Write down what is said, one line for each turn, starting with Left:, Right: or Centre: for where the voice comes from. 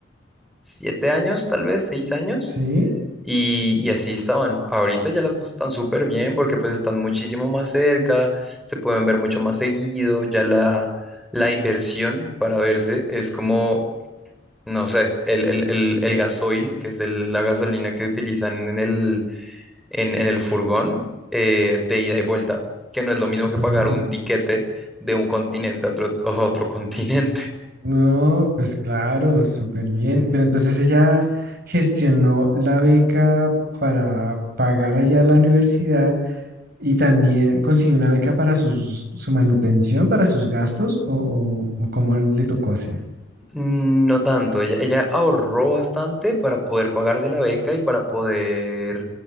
Centre: siete años, tal vez, seis años,
Right: Sí,
Centre: y, y así estaban. Ahorita ya las cosas están súper bien porque pues están muchísimo más cerca, se pueden ver mucho más seguido, ya la, la inversión para verse es como, no sé, el, el, el, el gasoil, que es el- la gasolina que utilizan en el en, en el furgón eh, de ida y vuelta, que no es lo mismo que
Right: mm,
Centre: pagar un tiquete de un continente a otro, a otro <laughs> continente.
Right: no, pues claro, súper bien. Pero entonces ella gestionó la beca para pagar allá la universidad y también consiguió una beca para sus, su manutención, para sus gastos, o, o, o cómo le tocó hacer.
Centre: Mm, No tanto, ella, ella ahorró bastante para poder pagarse la beca y para poder